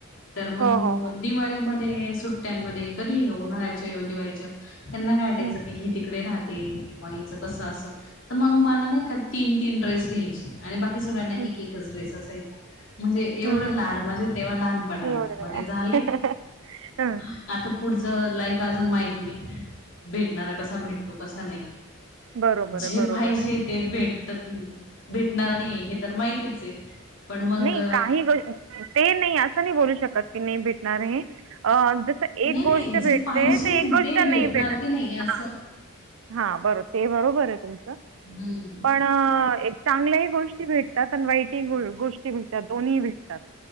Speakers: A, on the left; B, on the right.
A: तर मग
B: हो हो हो
A: दिवाळीमध्ये सुट्ट्यांमध्ये कधी उन्हाळ्याच्या येऊ दिवाळीच्या त्यांना काय वाटायचं
B: हं,
A: की ही तिकडे राहते मग हीच कस अस तर मग मला नाही का तीन तीन ड्रेस घ्यायचे आणि बाक ते सगळ्यांना एक
B: हं,
A: एकच ड्रेस असयचा म्हणजे एवढं
B: हं, हं.
A: लाड माझे तेव्हा लहानपणामध्ये
B: एवढं आहे.
A: झाले.
B: हं.
A: आता पुढच लाईफ अजून माहिती नाही भेटणारा कसा भेटतो कसा नाही
B: बरोबर आहे,
A: जे
B: बरोबर
A: पाहिजे
B: आहे.
A: ते भेटत भेटणार नाही हे तर माहितीच आहे. पण मग
B: नाही काही ग ते नाही असं नाही बोलू शकत की नाही भेटणार आहे, जस
A: नाही
B: एक
A: नाही
B: गोष्ट भेटते
A: जे पाहिजे
B: तर एक गोष्ट
A: ते भेटणार
B: नाही भेटत.
A: की नाही असं.
B: हा. हा बरो ते बरोबर आहे तुम
A: हम्म.
B: तर एक चांगल्याही गोष्टी भेटतात आणि वाईटही गोष्टी भेटतात दोन्हीही भेटतात